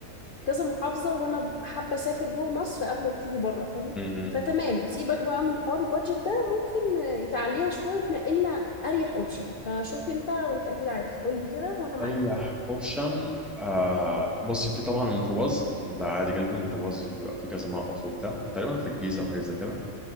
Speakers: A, on the left; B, in the centre.
A: كذا محافظه وانا حابه اسافر جوه مصر قبل ما ابتدي بره فاهم
B: امم
A: فتمام سيبك بقى من حوار البادجت ده ممكن تعليها شويه وتنقلنا اريح اوبشن فشوف انت وانت اكيد عارف قول لي كده وانا معاك
B: اريح اوبشن آه بصي في طبعا الميكروباص ده عادي جدا الميكروباص بيبقى فيه كذا موقف وبتاع تقريبا في الجيزه وحاجات زي كده